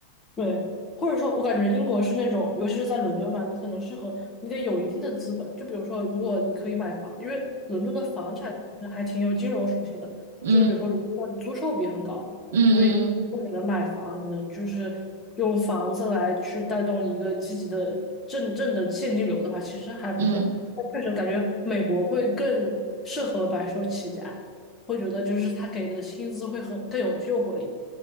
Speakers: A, on the left; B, on the right.
A: 对，或者说，我感觉英国是那种，尤其是在伦敦嘛，你可能适合，你得有一定的资本。就比如说，如果你可以买房，因为伦敦的房产其实还挺有金融属性的，
B: 嗯
A: 就是比如说如果的租售比很高，
B: 嗯嗯嗯
A: 所以如果你能买房，你能就是用房子来去带动一个积极的正正的现金流的话，其实还不错。
B: 嗯嗯。嗯
A: 但确实感觉美国会更适合白手起家，会觉得就是他给的薪资会很更有诱惑力。